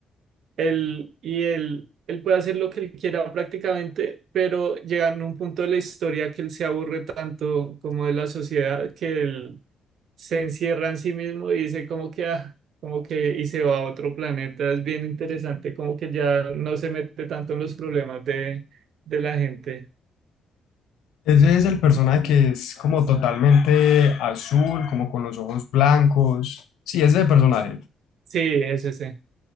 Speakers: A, on the right; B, on the left.
A: Él, y él, él puede hacer lo que él quiera prácticamente, pero llegan a un punto de la historia que él se aburre tanto como de la sociedad que él se encierra en sí mismo y dice como que, ah, como que, y se va a otro planeta. Es bien interesante, como que ya no se mete tanto en los problemas de, de la gente.
B: Ese es el personaje que es como totalmente azul, como con los ojos blancos. Sí, ese es el personaje.
A: Sí, es ese.